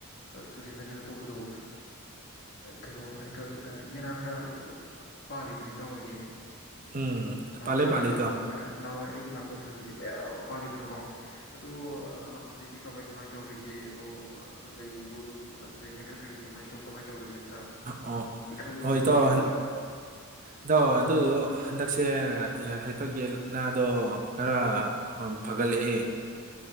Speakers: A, on the left; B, on the right.
A: ꯇꯨꯔꯦꯟꯗ ꯀꯩꯅꯣ ꯇꯧꯕꯗꯣ ꯀꯩꯅꯣ ꯍꯩꯀꯛ ꯌꯦꯅꯥ ꯈꯔ ꯄꯥꯜꯂꯤꯗꯅꯥ ꯇꯥꯑꯣꯏꯒꯤ
B: ꯎꯝ
A: ꯅꯍꯥꯟꯋꯥꯏ
B: ꯄꯥꯜꯂꯦ ꯄꯥꯜꯂꯦ
A: ꯑꯩ ꯂꯥꯛꯄ
B: ꯏꯇꯥꯎ
A: ꯅꯍꯥꯟꯋꯥꯏ ꯑꯩꯒꯤ ꯂꯥꯛꯄꯊꯗꯗꯤ ꯃꯌꯥꯝ ꯄꯥꯜꯂꯤꯗꯅ ꯀꯣ ꯑꯗꯣ ꯍꯧꯖꯤꯛꯇꯤ ꯀꯃꯥꯏ ꯀꯃꯥꯏꯅ ꯇꯧꯔꯤꯒꯦ ꯑꯗꯣ ꯂꯩꯕꯣ ꯑꯗꯨꯝ ꯑꯗꯨꯗꯩ ꯍꯥꯏꯀꯠꯀꯒꯦ ꯀꯃꯥꯏꯅ ꯇꯧ ꯀꯃꯥꯏꯅ ꯇꯧꯔꯤꯒꯦ ꯑꯝꯇ ꯑꯩꯅ
B: ꯑꯣ
A: ꯑꯩ ꯈꯪꯅꯤꯡꯉꯤꯅꯤ
B: ꯍꯣꯏ ꯏꯇꯥꯎ
A: ꯏꯇꯧ ꯑꯗꯣ ꯑꯝꯇ
B: ꯏꯇꯥꯎ ꯑꯗꯨꯗꯣ ꯍꯟꯗꯛꯁꯦ ꯍꯩꯀꯛ ꯌꯦꯅꯥꯗꯣ ꯈꯔ ꯐꯒꯠꯂꯛꯏꯦ